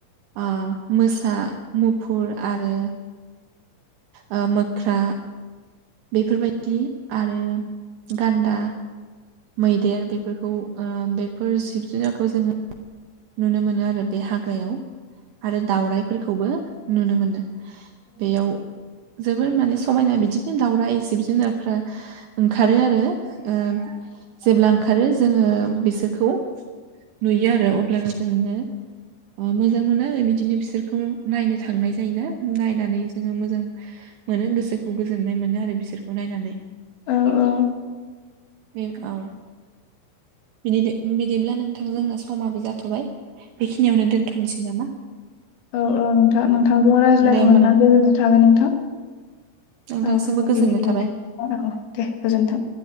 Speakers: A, on the right; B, on the left.
A: ओ मोसा मुफुर आरो ओ मोख्रा बेफोरबायदि आरो गान्दा मैदेर बेफोरखौ ओ बेफोर जिब जुनारखौ जोङो नुनो मोनो आरो बे हाग्रायाव आरो दाउराइफोरखौबो नुनो मोनो बेयाव जोबोर माने समायना बिदिनो दावउराइ जिब जुनारफ्रा ओंखारो आरो ओ जेब्ला ओंखारो जोङो बिसोरखौ नुयो आरो अब्लानो जोङो ओ मोजां मोनो आरो बिदिनो बिसोरखौ नायनो थांनाय जायोना नायनानै जोङो मोजां मोनो गोसोखौ गोजोननाय मोनो आरो बिसोरखौ नायनानै
B: औ औ
A: बेंक आव बिदिदो-बिदिब्ला नोंथां जोंना समाबो जाथ'बाय- बेखिनियावनो दोनथ'नोसै नामा?
B: औ औ नोंथां नोंथांजों रायज्लायनो
A: दे होमबा
B: मोनना
A: नों
B: गोजोननाय थाबाय नोंथां
A: नोंथांसिमबो
B: औ <unintelligible>
A: गोजोननाय थाबाय
B: औ दे गोजोनथों